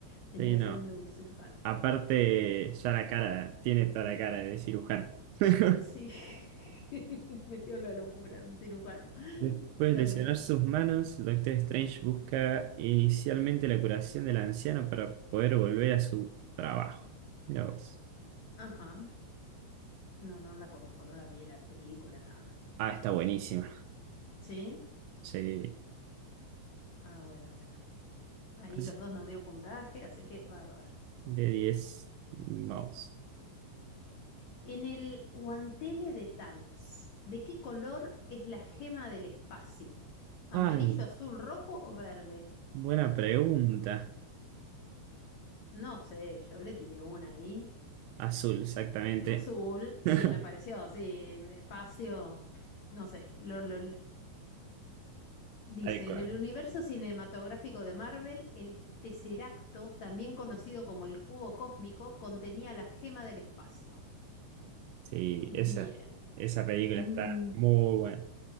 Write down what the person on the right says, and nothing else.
Sí,
no.
Aparte, ya la cara, tiene toda la cara de cirujano. <laughs>
Después
de lesionar sus manos, el Doctor Strange busca inicialmente la curación del anciano para poder volver a su trabajo. Mira vos.
Ah, está buenísima.
Sí.
Así,
De diez, Vamos.
Ay.
Buena pregunta.
Azul, exactamente.
<laughs>
Tal
cual.
Sí,
esa, esa película
está muy buena.